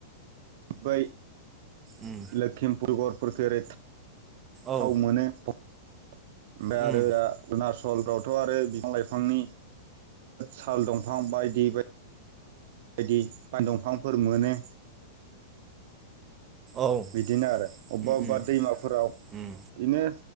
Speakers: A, on the right (about 55°); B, on the right (about 25°).
A: बै
B: उम
A: लखिमपुर गरपुरखेरत गोथाव
B: औ
A: मोनो ओमफ्राय
B: उम
A: आरो अरुणचलफ्रावथ' आरो बिफां लाइफांनि साल दंफां बायदि बायदि बायदि बान् दंफांफोर मोनो
B: औ
A: बिदिनो आरो
B: उम
A: अबेबा अबेबा
B: उम
A: दैमाफोराव बिदिनो
B: उम